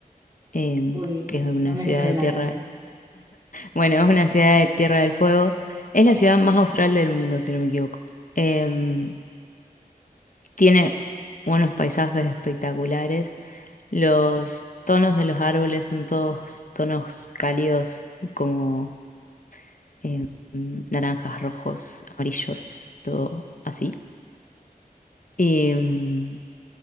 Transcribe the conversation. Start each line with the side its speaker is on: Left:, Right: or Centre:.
Left: em,
Right: Uy,
Left: que es una
Right: no me
Left: ciudad
Right: suena,
Left: de tierra,
Right: ¿eh?
Left: bueno, es una ciudad de Tierra del Fuego, es la ciudad más austral del mundo, si no me equivoco. Em, Tiene unos paisajes espectaculares. Los tonos de los árboles son todos tonos cálidos, como em, naranjas, rojos, amarillos, todo así. Em,